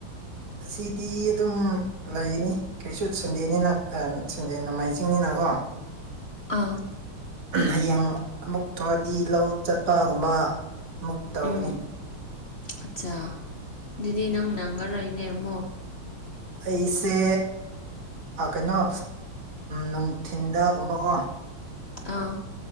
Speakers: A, on the right; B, on the left.
A: ꯑꯁꯤꯗꯤ ꯑꯗꯨꯝ ꯂꯩꯅꯤ ꯀꯩꯁꯨ ꯁꯟꯗꯦꯅꯤꯅ ꯁꯟꯗꯦ ꯅꯣꯡꯃꯥꯏꯖꯤꯡꯅꯤꯅ ꯀꯣ
B: ꯑꯥ
A: ꯍꯌꯦꯡ ꯑꯃꯨꯛ ꯊꯧꯔꯗꯤ ꯂꯧ ꯆꯠꯄꯒꯨꯝꯕ ꯑꯃꯨꯛ ꯇꯧꯒꯅꯤ
B: ꯎꯝ ꯑꯠꯆꯥ ꯑꯗꯨꯗꯤ ꯅꯪ ꯅꯪꯉꯔꯣꯏꯅꯦ ꯑꯃꯃꯣ
A: ꯑꯩꯁꯦ ꯀꯩꯅꯣ ꯅꯨꯡꯊꯤꯟꯗꯒꯨꯝꯕꯀꯣ
B: ꯑꯥ